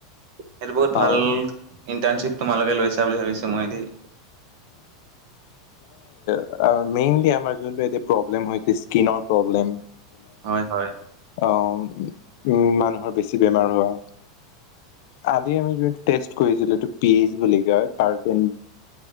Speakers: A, on the right (about 45°); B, on the left (about 50°).
A: সেইটো বহুত
B: হয়
A: ভাল ইণ্টাৰ্ণশ্বিপ তোমালোকে লৈছা বুলি ভাবিছো মই দেই।
B: অ, মেইনলি আমাৰ যোনটো এতিয়া প্ৰব্লেম হৈছে, স্কিনৰ প্ৰব্লেম
A: হয়, হয়।
B: আহ, উ, মানুহৰ বেছি বেমাৰ হোৱা। আজি আমি এটা টেষ্ট কৰিছিলোঁ, পি এছ বুলি কয়, তাৰপিন